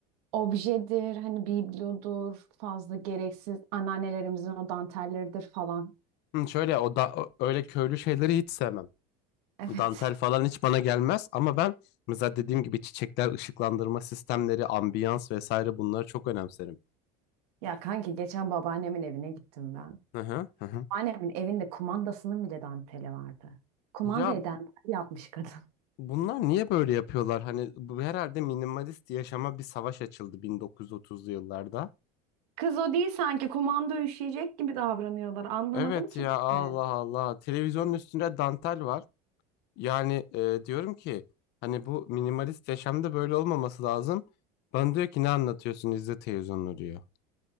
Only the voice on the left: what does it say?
Hı, Şöyle o da o- öyle köylü şeyleri hiç sevmem.
Dantel falan hiç bana gelmez ama ben mesela dediğim gibi çiçekler, ışıklandırma sistemleri, ambiyans vesaire bunları çok önemserim.
Hı hı, hı hı.
Ya
bunlar niye böyle yapıyorlar? Hani bu herhalde minimalist yaşama bir savaş açıldı 1930'lu yıllarda.
Evet
ya Allah
Allah. Televizyonun üstünde dantel var. Yani e, diyorum ki hani bu minimalist yaşamda böyle olmaması lazım. Bana diyor ki ne anlatıyorsun izle televizyonunu diyor.